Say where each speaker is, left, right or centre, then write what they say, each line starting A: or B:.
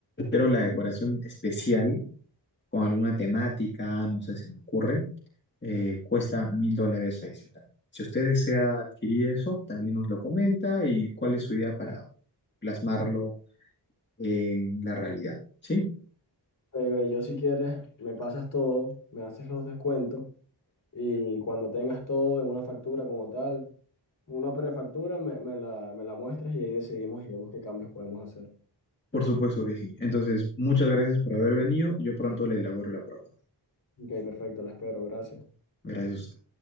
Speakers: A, on the left; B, on the left.
A: pero la decoración especial con alguna temática, no sé, se me ocurre, eh, cuesta mil dólares adicional. Si usted desea adquirir eso, también nos lo comenta y cuál es su idea para plasmarlo en la realidad, ¿sí?
B: Baby, yo si quieres, me pasas todo, me haces los descuentos y cuando tengas todo en una factura como tal, una prefactura, me, me la, me la muestras y ahí decidimos y vemos qué cambios podemos hacer.
A: Por supuesto que sí. Entonces, muchas gracias por haber venido. Yo pronto le elaboro la propuesta.
B: Ok, perfecto, la espero, gracias.
A: Gracias a usted.